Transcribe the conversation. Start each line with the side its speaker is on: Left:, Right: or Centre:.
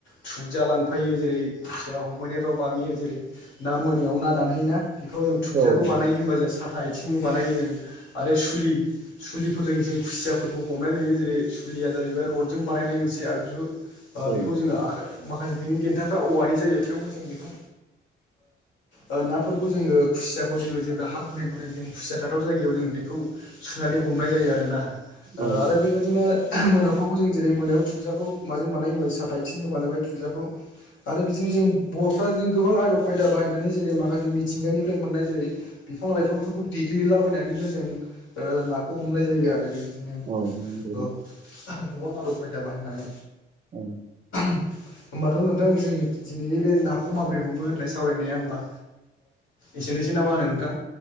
Left: थुबजा लांफायो जेरै खुसिया हमैनायफ्राव बामियो जेरै ना मोनायाव ना दानहयोना बेफोराव जों थुुबियाखौ
Right: औ नोंथां
Left: बानायो होनबा जों साथा आथिंजों बानायो जों आरो सुलिफोरजों जों खुसियाफोरखौ हमनाय नुयो जेरै सुलिया जाहैबाय रडजों बा बानायनाय मोनसे आगजु ओ
Right: औ
Left: बेखौ जोङो आखाइ माखासे बिनि देन्थाफ्रा औवानि जायो थेवबो जों बेखौ ओ नाफोरखौ जोङो खुसियाखौ जोङो जेब्ला हा गुरै गुरै जों खुसिया थाथाव जायगायाव जों बेखौ सुनानै हमनाय जायो आरोना ओ
Right: औ
Left: आरो बेबायदिनो मोनाफ्रावबो जों जेरै मोनायाव थुगजाखौ माजों बानाय होबाय साथा आथिंजों बानायबाय थुगजाखौ आरो बिदिनो जों बर'फ्रा बि गोबां आदब खायदा बाहायनानै जेरै माखासे मिथिंगानिफ्राय मोननाय जेरै बिफां लाइफांफोरखौ देग्लिलाबायनानैबो जों ओ नाखौ हमनाय जायो आरो बिदिनो
Right: औ नंगौ
Left: ओ गोबां आदब खायदा बाहायनानै।
Right: औ।
Left: होमबाथ' नोंथां जों दिनैनि बे नाखौ माबोरै हमो होननाय सान सावरायनाया होमबा एसेनोसै ना मा होनो नोंथां।